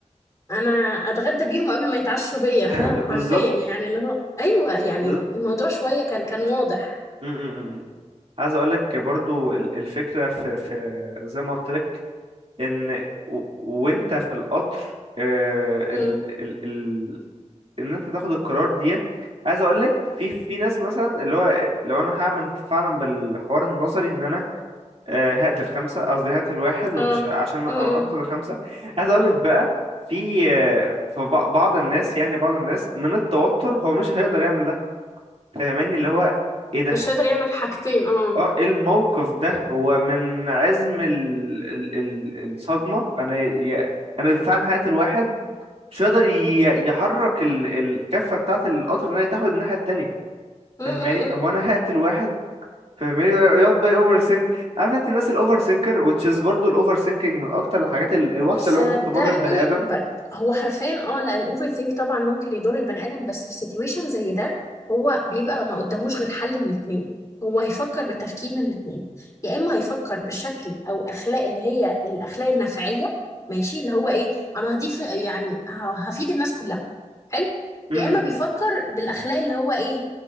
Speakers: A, on the left (about 25°); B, on the right (about 50°).
A: انا اتغدى بيهم قبل ما يتعشوا بيا
B: <laughs>
A: فاهم حرفيا
B: بالظبط
A: يعني اللي هو ايوه يعني
B: بالظبط
A: الموضوع شويه كان كان واضح
B: م- م- م. عايز اقول لك برضو ال- الفكره في في زي ما قلت لك ان و- وانت في القطر آه،
A: امم
B: ال ال ال ان انت تاخد القرار ديت عايز اقول لك في في ناس مثلا اللي هو لو انا هعمل فعلا بالحوار النظري ان انا آه، هات الخمسة قصدي هات الواحد ومش
A: اه
B: عشان أنقذ
A: امم
B: الخمسة عايز أقولك بقى في آه، في بع- بعض الناس يعني بعض الناس من التوتر هو مش هيقدر يعمل ده فاهماني اللي هو إيه ده
A: مش قادر يعمل حاجتين اه
B: اه ايه الموقف ده هو من عزم ال... ال... ال... الصدمة أنا ي... أنا فعلا هات الواحد مش هيقدر ي... يحرك ال... الكفة بتاعة القطر إن هي تحود الناحية التانية
A: امم
B: فاهماني هو أنا هات الواحد فاهماني يقعد بقى اوفر سينك عارف انت الناس الاوفر سينكر which is برضه الاوفر سينكينج من اكتر الحاجات ال- الوحشه
A: صدقني
B: اللي ممكن تمر ببني ادم
A: ب... هو حرفيا اه لا الاوفر ثينك طبعا ممكن يضر البني ادم بس في سيتويشن زي ده هو بيبقى ما قداموش غير حل من اتنين هو هيفكر بالتفكير من اتنين يا اما هيفكر بشكل او اخلاق اللي هي الاخلاق النفعيه ماشي اللي هو ايه انا هضيف يعني ه- هفيد الناس كلها حلو
B: م-
A: يا
B: م-
A: اما بيفكر
B: م.
A: بالاخلاق اللي هو ايه